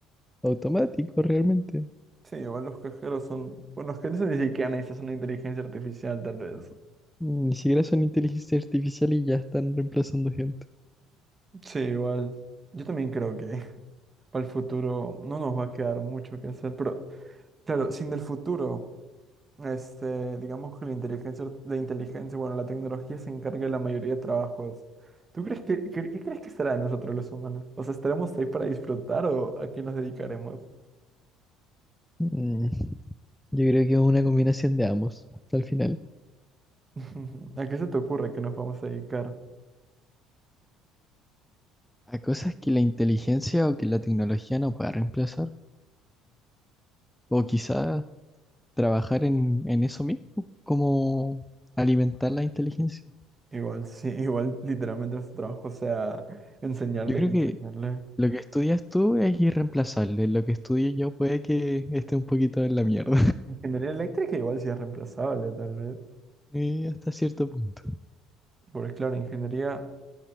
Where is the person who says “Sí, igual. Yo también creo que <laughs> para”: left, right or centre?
Right